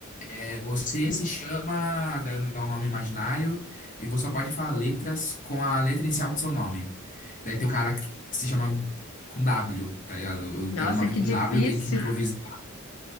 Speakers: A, on the left; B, on the left.
A: é, você se chama, dando um nome imaginário, e você só pode falar letras com a letra inicial do seu nome. Daí tem um cara que que se chama com W, tá ligado? Eu
B: Nossa,
A: pego o nome
B: que
A: com
B: difícil.
A: W, tem que improvisar